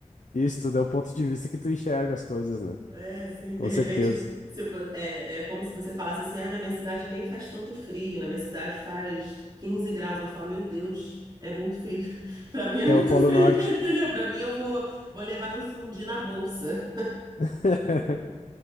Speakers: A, on the left; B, on the right.
A: isso tudo é o ponto de vista que tu enxerga as coisas, né?
B: É, assim,
A: Com
B: de repente,
A: certeza.
B: se fo- é, é como se você falasse assim, ah, na minha cidade nem faz tanto frio, na minha cidade faz 15 graus. Eu vou falar, meu Deus, é muito frio. <laughs> Pra mim é
A: É
B: muito
A: o Polo
B: frio,
A: Norte.
B: <laughs> entendeu? Pra mim eu vou, vou levar meu fundi na bolsa.
A: <laughs>